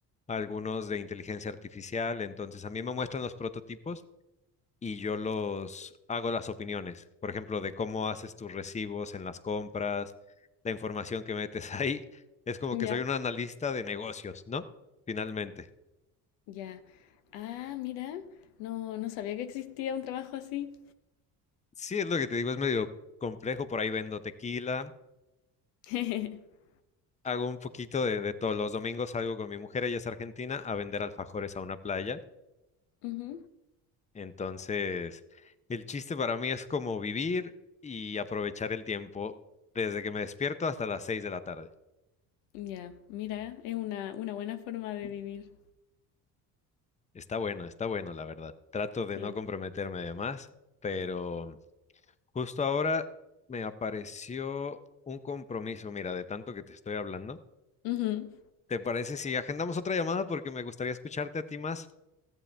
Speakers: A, on the left; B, on the left.
A: algunos de inteligencia artificial. Entonces, a mí me muestran los prototipos. y yo los hago las opiniones, por ejemplo, de cómo haces tus recibos en las compras, la información que metes <laughs> ahí. Es como
B: Ya.
A: que soy un analista de negocios, ¿no? Finalmente.
B: Ya. Ah, mira. No, no sabía que existía un trabajo así.
A: Sí, es lo que te digo, es medio complejo, por ahí vendo tequila,
B: <laughs>
A: hago un poquito de, de todo. Los domingos salgo con mi mujer, ella es argentina, a vender alfajores a una playa.
B: Ujú,
A: Entonces, el chiste para mí es como vivir y aprovechar el tiempo desde que me despierto hasta las seis de la tarde.
B: Ya, mira, es una, una buena forma de vivir.
A: Está bueno, está bueno, la verdad. Trato de
B: Sí.
A: no comprometerme de más, pero justo ahora me apareció un compromiso, mira, de tanto que te estoy hablando.
B: Ujú,
A: ¿Te parece si agendamos otra llamada? Porque me gustaría escucharte a ti más.